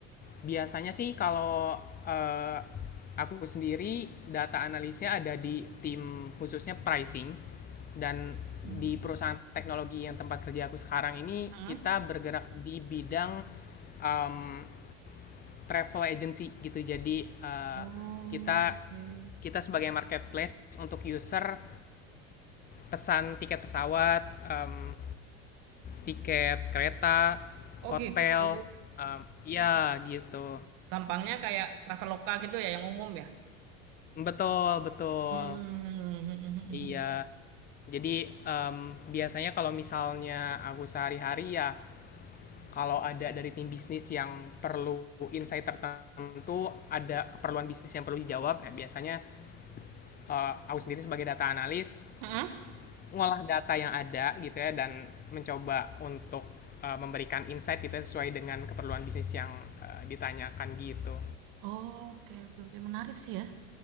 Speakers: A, on the left (about 25°); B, on the right (about 65°).
A: Biasanya sih kalau eh, aku sendiri data analisnya ada di tim khususnya pricing dan
B: Hmm.
A: di perusahaan teknologi yang tempat kerja aku sekarang ini
B: Hmm?
A: kita bergerak di bidang um, travel agency gitu. Jadi eh,
B: Oh,
A: kita
B: oke.
A: kita sebagai marketplace untuk user pesan tiket pesawat, em, tiket kereta,
B: Oh,
A: hotel,
B: gitu.
A: em, ya gitu.
B: Gampangnya kayak Traveloka gitu ya, yang umum ya.
A: Betul, betul.
B: Hmm.
A: Iya, jadi em, biasanya kalau misalnya aku sehari-hari ya, kalau ada dari tim bisnis yang perlu insight tertentu, ada keperluan bisnis yang perlu dijawab, nah biasanya eh, aku sendiri sebagai data analis
B: Hmm.
A: ngolah data yang ada gitu ya dan mencoba untuk eh, memberikan insight gitu ya, sesuai dengan keperluan bisnis yang eh, ditanyakan gitu.
B: Oke, oke, oke. Menarik sih ya.